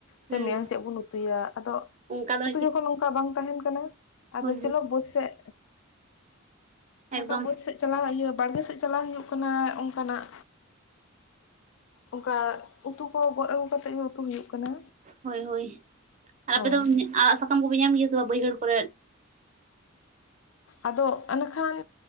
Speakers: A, on the right; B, on the left.
A: ᱦᱩᱸ
B: ᱥᱮ ᱢᱮᱭᱟᱝ ᱪᱮᱫ ᱵᱚᱱ ᱩᱛᱩᱭᱟ, ᱟᱫᱚ
A: ᱚᱱᱠᱟ ᱫᱚ
B: ᱩᱛᱩ ᱡᱚᱠᱷᱚᱱ ᱚᱱᱠᱟ ᱵᱟᱝ ᱛᱟᱦᱮᱱ ᱠᱟᱱᱟ ᱟᱫᱚ
A: ᱦᱳᱭ ᱦᱳᱭ
B: ᱪᱚᱞᱚ ᱵᱟᱹᱫᱽ ᱥᱮᱫ ᱱᱚᱝᱠᱟ
A: ᱮᱠᱫᱚᱢ
B: ᱵᱟᱹᱫᱽ ᱥᱮᱫ ᱪᱟᱞᱟᱣ ᱤᱭᱟᱹ ᱵᱟᱲᱜᱮ ᱥᱮᱫ ᱪᱟᱞᱟᱣ ᱦᱩᱭᱩᱜ ᱠᱟᱱᱟ᱾ ᱚᱱᱠᱟᱱᱟᱜ ᱚᱝᱠᱟ ᱩᱛᱩ ᱠᱚ ᱜᱚᱫ ᱟᱹᱜᱩ ᱠᱟᱛᱮᱫ ᱜᱮ ᱩᱛᱩ ᱦᱩᱭᱩᱜ ᱠᱟᱱᱟ᱾
A: ᱦᱳᱭ, ᱦᱳᱭ ᱟᱨ
B: ᱦᱳᱭ
A: ᱟᱯᱮ ᱫᱚ ᱟᱲᱟᱜ ᱥᱟᱠᱟᱢ ᱠᱚᱯᱮ ᱧᱟᱢ ᱜᱮᱭᱟ ᱥᱮ ᱵᱟᱝ ᱵᱟᱹᱭᱦᱟᱹᱲ ᱠᱚᱨᱮᱫ?
B: ᱟᱫᱚ ᱱᱟᱜ ᱠᱷᱟᱱ